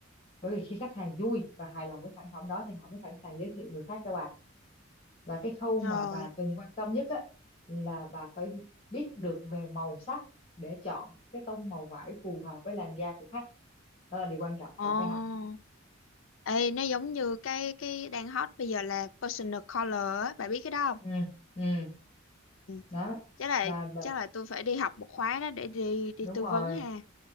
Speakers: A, on the left; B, on the left.
A: bởi vì khi khách hàng vui và hài lòng với sản phẩm đó thì họ mới sẵn sàng giới thiệu người khác cho bà và cái khâu mà
B: Rồi.
A: bà cần quan tâm nhất á là bà phải biết được về màu sắc để chọn cái tông màu vải phù hợp với làn da của khách đó là điều quan trọng
B: Ồ.
A: bà phải học
B: Ê, nó giống như cái cái đang hot bây giờ là personal color á, bà biết cái đó không?
A: ừ ừ
B: Ừ.
A: đó
B: Chắc là
A: và bà,
B: chắc là tôi phải đi học một khóa đó để đi đi
A: đúng
B: tư
A: rồi
B: vấn ha.